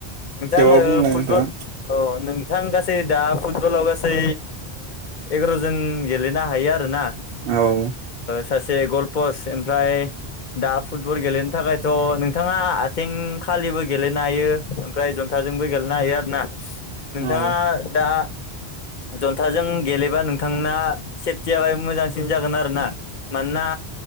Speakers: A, on the left (about 55°); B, on the right (about 80°).
A: नोंथां
B: थेवबाबो
A: ओ
B: बुंलाय
A: फुटबल
B: नोंथां
A: अ नों बिथां गासै दा फुटबलाव गासै एगार'जोन गेलेनो हायो आरोना
B: औ
A: सासे गलपस्ट ओमफ्राय दा फुटबल गेलेनो थाखायथ' नोंथाङा आथिंखालिबो गेलेनो हायो ओमफ्राय जन्थाजोंबो गेलेनो हायो आरोना नोंथाङा
B: औ
A: दा जन्थाजों गेलेबा नोंथांना सेफटियाहाय मोजांसिन जागोन आरो ना मानोना